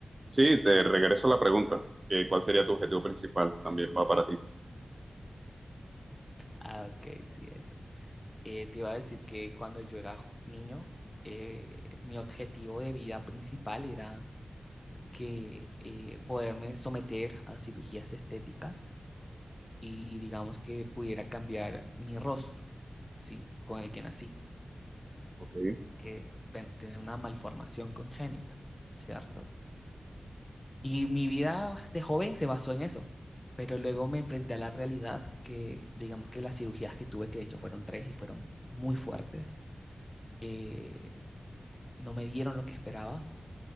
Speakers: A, on the right; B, on the left.
A: Sí, te regreso la pregunta. que ¿Cuál sería tu objetivo principal? También va para ti.
B: Ah, ok, sí, eso. Eh, te iba a decir que cuando yo era niño, eh, mi objetivo de vida principal era que eh, poderme someter a cirugías estéticas y digamos que pudiera cambiar mi rostro, ¿sí? Con el que nací,
A: Ok.
B: que, bueno, tener una malformación congénita, ¿cierto? Y mi vida de joven se basó en eso, pero luego me enfrenté a la realidad que, digamos que las cirugías que tuve, que de hecho fueron tres y fueron muy fuertes, eh, no me dieron lo que esperaba.